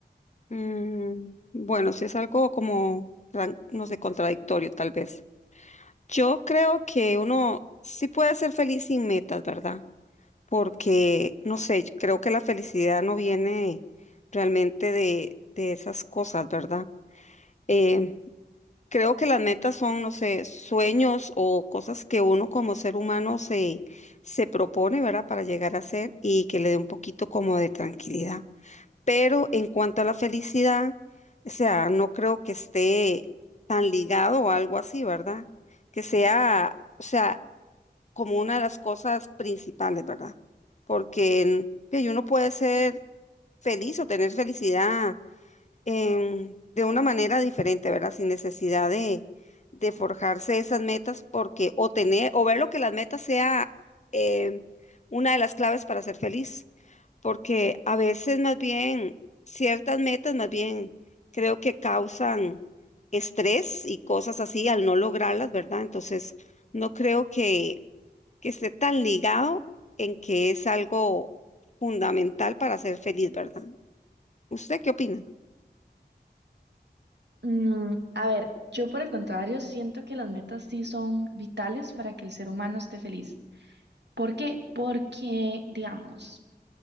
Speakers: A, on the left (about 40°); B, on the right (about 75°).
A: Mm, bueno, si es algo como, tran- no sé, contradictorio tal vez. Yo creo que uno sí puede ser feliz sin metas, ¿verdad? Porque, no sé, yo creo que la felicidad no viene realmente de, de esas cosas, ¿verdad? Eh, creo que las metas son, no sé, sueños o cosas que uno como ser humano se, se propone, ¿verdad? Para llegar a ser y que le dé un poquito como de tranquilidad. pero en cuanto a la felicidad, o sea, no creo que esté tan ligado o algo así, ¿verdad? Que sea, o sea, como una de las cosas principales, ¿verdad? Porque en- que uno puede ser feliz o tener felicidad em, de una manera diferente, ¿verdad? Sin necesidad de, de forjarse esas metas, porque o tener, o ver lo que las metas sea em, una de las claves para ser feliz porque a veces más bien ciertas metas más bien creo que causan estrés y cosas así al no lograrlas, ¿verdad? Entonces, no creo que, que esté tan ligado en que es algo fundamental para ser feliz, ¿verdad? ¿Usted qué opina?
B: Mm, a ver, yo por el contrario siento que las metas sí son vitales para que el ser humano esté feliz. ¿Por qué? Porque, digamos,